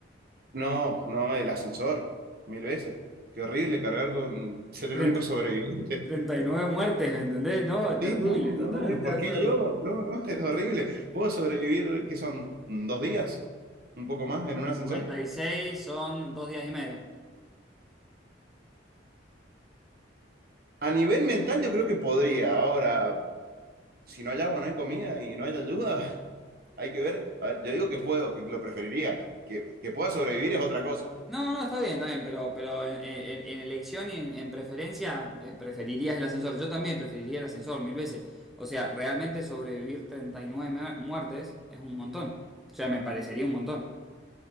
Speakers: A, on the right; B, in the centre.
A: No, no, el ascensor, mil veces. Qué horrible cargar con ser
B: 30.
A: el único sobreviviente.
B: treinta y nueve muertes, ¿me entendés? No, terrible,
A: Sí, no, no,
B: totalmente
A: ¿por
B: de acuerdo.
A: qué yo? No, no, <laughs> es horrible. ¿Puedo sobrevivir, qué son, mm, dos días? ¿Un poco más en un
B: cincuenta
A: ascensor?
B: y seis son dos días y medio.
A: A nivel mental yo creo que podría. Ahora, si no hay agua, no hay comida y no hay ayuda, <laughs> hay que ver. A ver, yo digo que puedo, que lo preferiría. Que, que pueda sobrevivir es otra cosa.
B: No, no, está bien, está bien, pero, pero en, en- en elección y en, en preferencia, eh, preferirías el ascensor. Yo también preferiría el ascensor mil veces. O sea, realmente sobrevivir 39 mu- muertes es un montón. O sea, me parecería un montón.